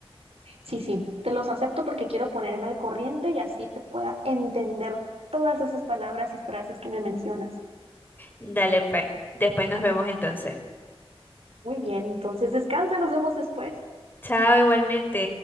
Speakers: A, on the right; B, on the left.
A: Sí, sí, te los acepto porque quiero ponerme al corriente y así te pueda entender todas esas palabras y frases que me mencionas.
B: Dale, pues. Después nos vemos entonces.
A: Muy bien, entonces descansa, nos vemos después.
B: Chao, igualmente.